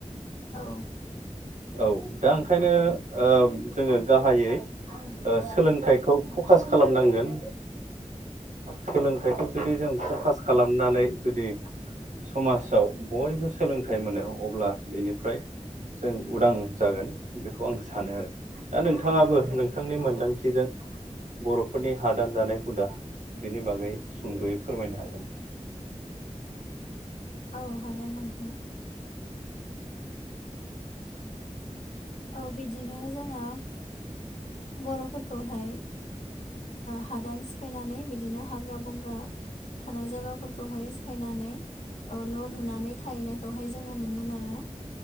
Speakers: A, on the left; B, on the right.
A: औ
B: औ दा ओंखायनो जोङो गाहायै ओ सोलोंथाइखौ फकास खालामनांगोन सोलोंथाइखौ जुदि जों फकास खालामनानै जुदि समाजाव बयबो सोलोंथाइ मोनो अब्ला बेनिफ्राय‌ जों उदां जागोन बेखौ आं सानो आरो। दा नोंथाङाबो नोंथांनि मोन्दांथिजों बर'फोरनि हादान जानाय हुदा बिनि बागै सुंद'यै फोरमायनो हागोन।
A: औ हागोन नोंथां। औ बिदिनो जोङो बर'फोरखौहाय हादान सिफायनानै बिदिनो हाग्रा बंग्रा थानाय जायगाफोरखौहाय सिफायनानै ओ न' लुनानै थाहैनायखौहाय जोङो नुनो मोनो।